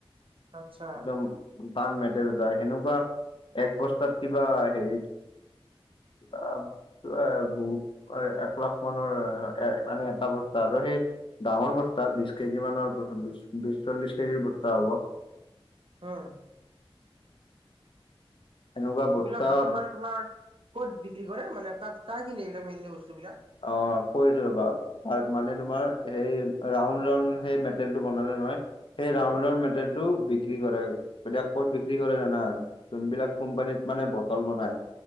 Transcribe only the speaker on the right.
আচ্ছা
ওম
এইবিলাক বস্তু মানে তোমাৰ ক'ত বিক্ৰী কৰে মানে কা কা কিননে এইবিলাক মেইনলি বস্তু বিলাক
উম,